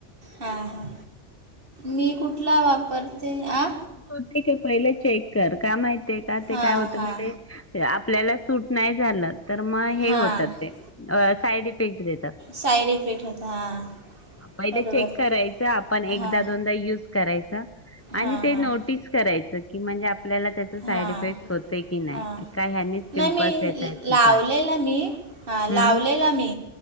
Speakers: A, on the right; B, on the left.
A: हां हां मी कुठला वापरते आ
B: हो पहिले चेक कर का माहितीय का ते
A: हां
B: काय होत
A: हां
B: माहितीये आपल्याला सूट नाही झालं तर मग हे
A: हां
B: होतात ते साईड इफेक्ट इफेक्ट देतात,
A: साईड इफेक्ट होता हां
B: पहिले
A: बरोबर
B: चेक करायाचं आपण एक
A: हां
B: युस करायच, आणि
A: हां
B: ते
A: हां
B: नोटीस करायच की म्हणजे आपल्याला की त्याचा साईड
A: हां
B: इफेक्ट होतय की नाही
A: हां
B: काही ह्यानी पिंपल्स
A: नाही मी
B: येता येत कि
A: लावलेला
B: काय
A: मी हां
B: हम्म
A: लावलेला मी